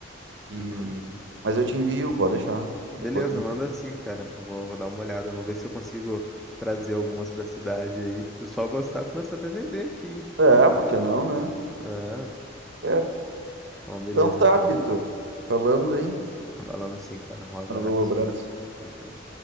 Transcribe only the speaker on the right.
E...
Mas eu te envio, pode deixar. Depois
tu...
É, por que não, né?
Certo.
Então tá,
Vitor.
Falamos aí.
Alô, abraço.